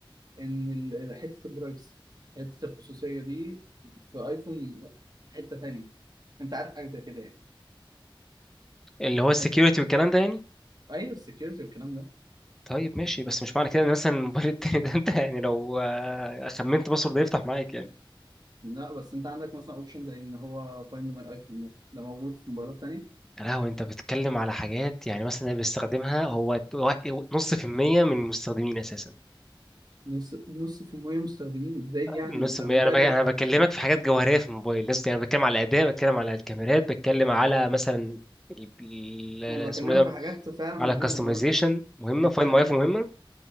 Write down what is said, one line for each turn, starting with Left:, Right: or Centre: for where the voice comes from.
Right: ان ال- حته البرايفسي حته الخصوصيه دي في ايفون حته تانية انت عارف حاجه زي كده يعني
Centre: اللي هو السكيورتي
Right: حت...
Centre: والكلام ده يعني
Right: ايوه السكيورتي والكلام ده
Centre: طيب ماشي بس مش معنى كده ان مثلا الموبايل التاني ده انت يعني لو آه، خمنت باسورد يفتح معاك يعني.
Right: لا بس انت عندك مثلا اوبشن زي ان هو فايند ماي ايفون ده ده موجود في موبايلات تانية
Centre: يا لهوي انت بتتكلم على حاجات يعني مثلا اللي بيستخدمها هو وا- نص في المية من المستخدمين اساسا
Right: نص نص في المية مستخدمين ازاي يعني
Centre: نص
Right: انت
Centre: في المية
Right: موبايلك
Centre: انا ب- يعني انا بكلمك في حاجات جوهرية في الموبايل لسه يعني بتكلم على الاداء بتكلم على الكاميرات بتكلم على مثلا ال- ال-
Right: ما انا
Centre: اسمه
Right: بكلمك
Centre: إيه ده
Right: في حاجات فعلا
Centre: على
Right: مهمه
Centre: كاستمايزيشن
Right: برضو
Centre: مهمة
Right: انت
Centre: فاين
Right: انت
Centre: ماي ايفون مهمة